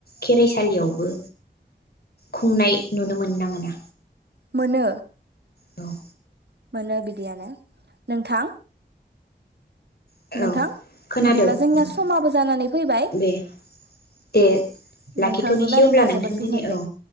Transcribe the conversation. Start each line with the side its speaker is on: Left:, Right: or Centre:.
Left: खेराइसालियावबो खुंनाय नुनो मोनो ना मोना?
Right: मोनो
Left: दं।
Right: मोनो बिदि बिदियानो, नोंथां?
Left: औ
Right: नोंथां
Left: खोनादौ
Right: बिदिब्ला जोंनिया
Left: नोंथां
Right: समाबो जानानै फैबाय,
Left: दे दे लाखिथ'नोसै
Right: नोंथांजों रायज्लायना
Left: अब्ला
Right: ना
Left: नोंथां
Right: जोबोद गोजोन
Left: दिनै
Right: नाय मोनबाय
Left: औ